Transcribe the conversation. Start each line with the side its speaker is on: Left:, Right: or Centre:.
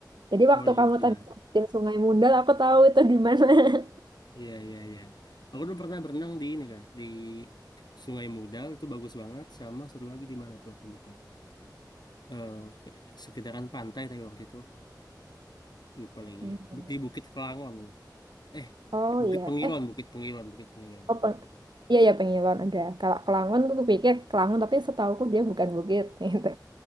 Right: Jadi
Left: Oh
Right: waktu
Left: di Jogja.
Right: kamu tadi sebutin Sungai Mundal, aku tahu itu di mana. <laughs>
Left: Iya iya iya. Aku dulu pernah berenang di ini kak di Sungai Mudal itu bagus banget sama satu lagi di mana tuh aku lupa. eh sekedaran pantai tapi waktu itu lupa lagi
Right: Mm.
Left: di Bukit Kelangon eh
Right: Oh
Left: Bukit
Right: iya,
Left: Pengilon
Right: eh
Left: Bukit Pengilon Bukit Pengilon
Right: oh,
Left: saya
Right: peng
Left: waktu itu
Right: iya ya Pengilon ada. Kalau Kelangon aku pikir Kelangon tapi setauku dia bukan bukit <laughs> gitu.